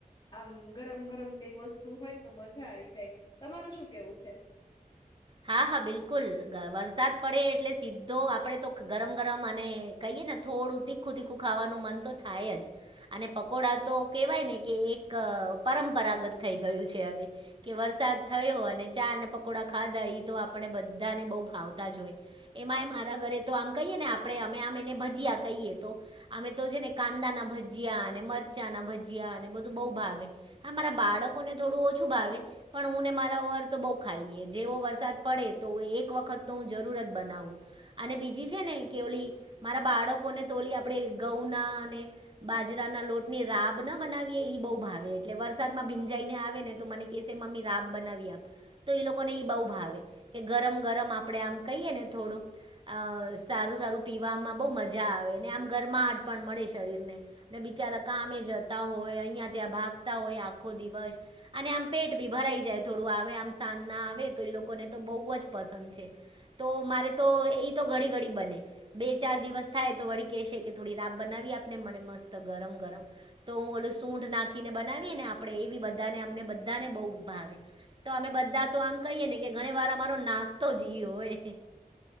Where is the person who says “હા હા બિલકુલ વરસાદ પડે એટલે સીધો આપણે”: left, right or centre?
Right